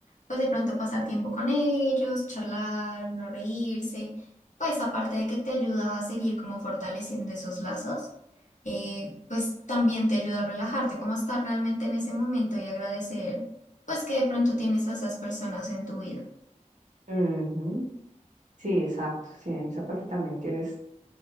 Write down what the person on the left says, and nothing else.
pues de pronto pasar tiempo con ellos, charlar, uno reírse. Pues aparte de que te ayuda a seguir como fortaleciendo esos lazos, eh, pues también te ayuda a relajarte, como a estar realmente en ese momento y agradecer, pues que de pronto tienes a esas personas en tu vida